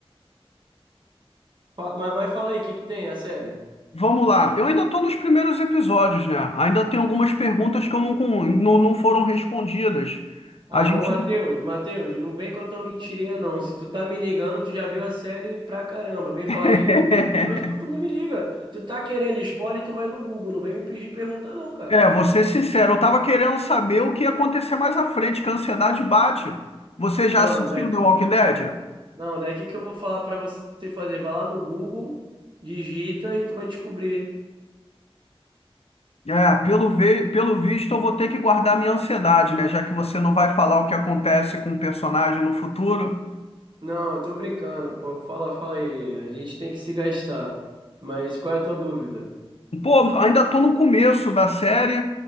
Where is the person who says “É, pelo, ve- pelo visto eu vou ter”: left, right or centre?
Left